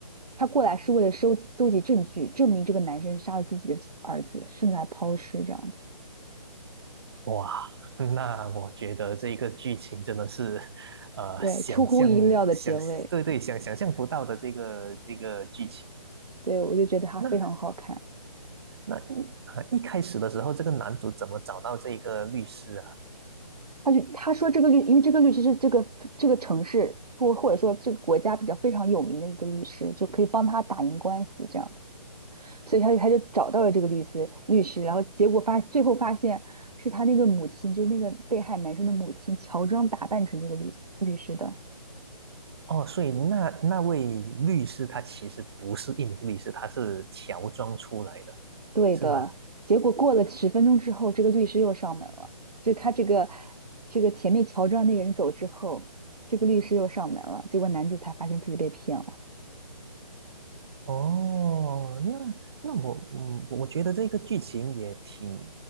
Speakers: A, on the right (about 80°); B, on the right (about 40°).
A: 他过来是为了收搜集证据，证明这个男生杀了自己的儿子，甚至还抛尸这样子。
B: 哇，那我觉得这个剧情真的是，呃，
A: 对，
B: 想象想对对想想象不到的这个这个剧情。
A: 出乎意料的结尾，对，我就觉得他非常好看。
B: 那那一啊一开始的时候，这个男主怎么找到这个律师啊？
A: 他就他说这个律，因为这个律师是这个这个城市或或者说这个国家比较非常有名的一个律师，就可以帮他打赢官司这样子，所以他他就找到了这个律师律师，然后结果发最后发现是他那个母亲，就是那个被害男生的母亲乔装打扮成这个律师律师的，
B: 哦，所以那那位律师他其实不是一名律师，他是乔装出来的，
A: 对的。
B: 是吗？
A: 结果过了十分钟之后，这个律师又上门了，就他这个这个前面乔装那个人走之后，这个律师又上门了，结果男主才发现自己被骗了，
B: 哦，那那我嗯，我觉得这个剧情也挺